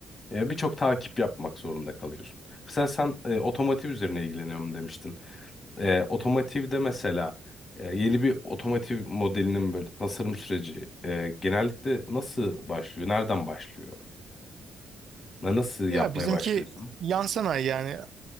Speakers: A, on the left; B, on the right.
A: E, birçok takip yapmak zorunda kalıyorsun. Mesela sen e, otomotiv üzerine ilgileniyorum demiştin. E, otomotivde mesela e, yeni bir otomotiv modelinin böyle tasarım süreci e, genellikle nasıl başlıyor? Nereden başlıyor? Na- Nasıl yapmaya
B: Ya bizimki
A: başlıyorsun?
B: yan sanayi yani